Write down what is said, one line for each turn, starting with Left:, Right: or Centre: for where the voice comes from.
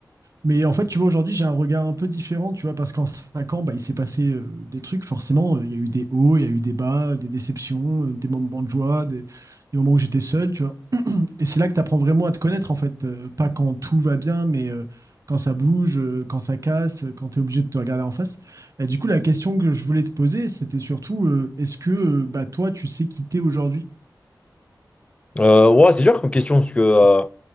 Right: Mais en fait, tu vois, aujourd'hui, j'ai un regard un peu différent, tu vois, parce qu'en 5 ans, bah, il s'est passé euh, des trucs, forcément. euh, Il y a eu des hauts, il y a eu des bas, des déceptions, euh, des moments de joie, des, des moments où j'étais seul, tu vois. Et c'est là que tu apprends vraiment à te connaître, en fait. Euh, pas quand tout va bien, mais euh, quand ça bouge, euh, quand ça casse, euh, quand tu es obligé de te regarder en face. Et du coup, la question que je voulais te poser, c'était surtout, euh, est-ce que euh, bah, toi, tu sais qui t'es aujourd'hui?
Left: Euh, ouais, c'est dur comme question parce que euh,